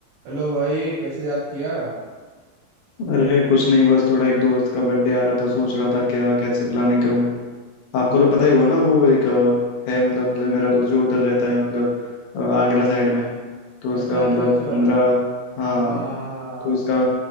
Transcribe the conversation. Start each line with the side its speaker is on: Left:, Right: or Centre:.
Right: हेलो भाई कैसे याद किया
Left: अरे कुछ नहीं बस थोड़ा एक दोस्त का बर्थडे आ रहा था सोच रहा था क्या कैसे प्लानिंग करूं आपको तो पता ही होगा ना वो एक अ, है मतलब मतलब मेरा दोस्त जो उधर रहता है मतलब अ, आगरा साइड में तो उसका
Right: अच्छा अच्छा
Left: मतलब
Right: अच्छा
Left: पंद्रह हाँ
Right: हाँ हाँ हाँ,
Left: तो उसका